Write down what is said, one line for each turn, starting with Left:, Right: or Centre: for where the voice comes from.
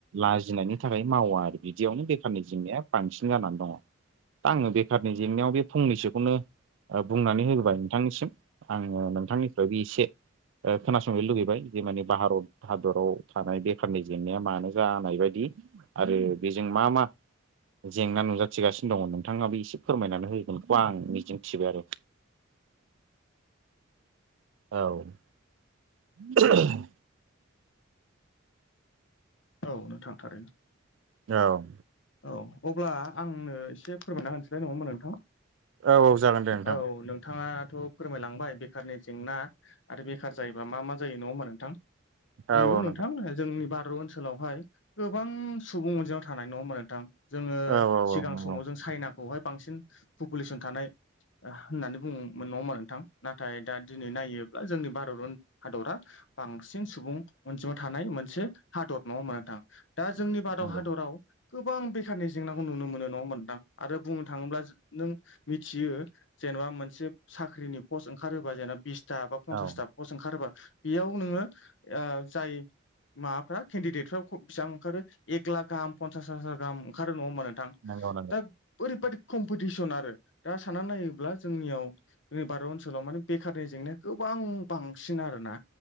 Right: लाजिनायनि थाखाय मावा आरो बिदियावनो बेखारनि जेंनाया बांसिन जानानै दङ दा आङो बेखारनि जेंनायाव बे फंनैसोखौनो बुंनानै होबाय नोंथांनिसिम आङो नोंथांनिफ्राय बे एसे खोनासंनो लुबैबाय जे माने भारत हादराव थानाय बेखारनि जेंनाया मानो जानाय बायदि आरो बेजों मा मा जेंना नुजाथिगासिनो दङ नोंथाङाबो एसे फोरमायनानै होगोनखौ आं मिजिंथिबाय आरो औ <inaudible>
Left: औ नोंथां थारैनो
Right: औ
Left: औ अब्ला आंनो एसे फोरमायना होनसैलाय नङा ओमबा नोंथां
Right: औ औ जागोन दे नोंथां
Left: औ नोंथाङाथ' फोरमायलांबाय बेखारनि जेंना आरो बेखार जायोबा मा मा जायो नङा होमबा नोंथां
Right: औ
Left: नोंगौ
Right: औ
Left: नोंथां जोंनि भारत ओनसोलावहाय गोबां सुबुं अनजिमा थानाय नङा होमबा नोंथां जोङो
Right: औ औ
Left: सिगां
Right: औ
Left: समाव जों चाइनाखौहाय बांसिन पपुलेसन थानाय होननानै बुंङोमोन नङा होमबा नोंथां नाथाय दा दिनै नायोब ब्ला जोंनि भारत हादरा बांसिन सुबुं अनजिमा थानाय मोनसे हादर नङा होमबा नोंथां दा जोंनि भारत
Right: नंगौ
Left: हादराव गोबां बेखारनि जेंनाखौ नुनो मोनो नङा होमबा नोंथां आरो बुंनो थाङोब्ला नों मिथियो जेनबा मोनसे साख्रिनि पस्ट ओंखारोबा जेनेबा बिसथा बा पनसासथा
Right: औ औ
Left: पस ओंखारोबा बेयाव नोङो जाय माबाफ्रा केन्डिदेटफ्रा बेसिबां ओंखारो एक लाख गाहाम पन्सास हाजार गाहाम ओंखारो नङा होमबा नोंथां
Right: नंगौ नंगौ
Left: दा ओरैबादि कम्पिटिसन आरो साननानै नायोब्ला जोंनियाव जोंनि भारत ओनसोलाव माने बेखारनि जेंनाया गोबां बांसिन आरोना।